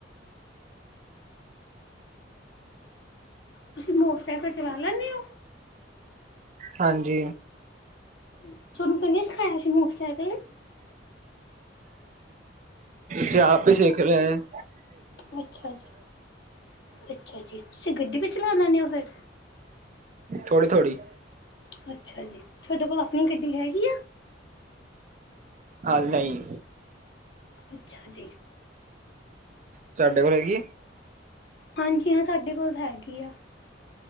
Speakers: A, on the left (about 65°); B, on the right (about 40°).
A: ਤੁਸੀਂ ਮੋਟਰਸਾਇਕਲ ਚਲਾ ਲੈਂਦੇ ਹੋ
B: ਹਾਂਜੀ
A: ਚਲੋ ਤੂਹਾਨੂੰ ਕੀਨੇ ਸੀਖਾਯਾ ਸੀ ਮੋਟਰਸਾਇਕਲ
B: ਜੇ ਆਪ ਹੀ ਸਿੱਖ ਰਹੇ ਹੈ।
A: ਅੱਛਾ ਜੀ ਅੱਛਾ ਜੀ ਤੁਸੀਂ ਗੱਡੀ ਵੀ ਚਲਾ ਲੈਂਦੇ ਹੋ ਫਿਰ
B: ਥੋੜ੍ਹੀ-ਥੋੜ੍ਹੀ
A: ਅੱਛਾ ਜੀ ਤੁਹਾਡੇ ਕੋਲ ਆਪਣੀ ਗੱਡੀ ਹੈਗੀ ਆ।
B: ਹਾਂ ਨਹੀਂ।
A: ਅੱਛਾ ਜੀ।
B: ਤੁਹਾਡੇ ਕੋਲ ਹੈਗੀ।
A: ਹਾਂਜੀ ਹਾਂ ਸਾਡੇ ਕੋਲ ਤਾਂ ਹੈਗੀ ਆ।